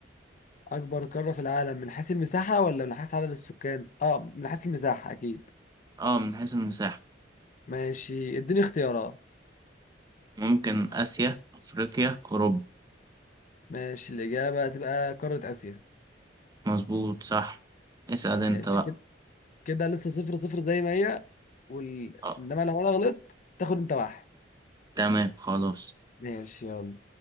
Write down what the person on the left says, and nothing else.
أكبر قارة في العالم من حيث المساحة ولا من حيث عدد السكان؟ أه من حيث المساحة أكيد
ماشي اديني اختيارات
ماشي الإجابة هتبقى قارة آسيا
ماشي
كده كده لسه صفر صفر زي ما هي وال...
إنما لو أنا غلطت تاخد أنت واحد
ماشي يلا